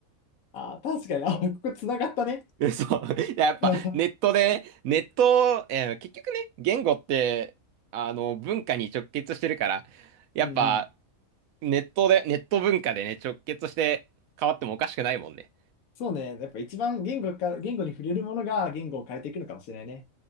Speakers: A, on the left; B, on the right.
A: あ、確かに、あ、ここ繋がったね。
B: <laughs> 嘘そう。<laughs> ややっぱネットでね、
A: <laughs> うん
B: ネット、えー結局ね、言語って、あの、文化に直結してるから、やっぱ、
A: うん。
B: ネットで、ネット文化でね、直結して変わってもおかしくないもんね。
A: そうね。やっぱ一番言語か、言語に触れるものが言語を変えていくのかもしれないね。